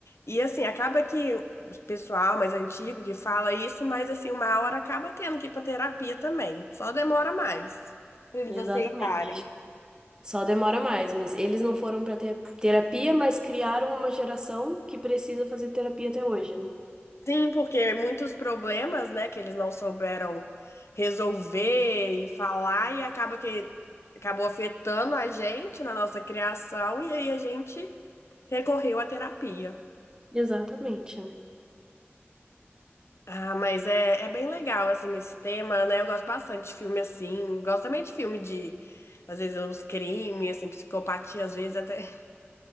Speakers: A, on the left; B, on the right.
A: E assim, acaba que o pessoal mais antigo que fala isso, mas assim, uma hora acaba tendo que ir pra terapia também. Só demora mais pra eles
B: Exatamente.
A: aceitarem.
B: Só demora mais, mas eles não foram pra ter terapia, mas criaram uma geração que precisa fazer terapia até hoje, né?
A: Sim, porque muitos problemas, né, que eles não souberam resolver e falar, e acaba que acabou afetando a gente na nossa criação, e aí a gente recorreu à terapia.
B: Exatamente, né?
A: Ah, mas é, é bem legal, assim, esse tema, né? Eu gosto bastante de filme assim, gosto também de filme de, às vezes, uns crimes, assim, psicopatia, às vezes até. <laughs>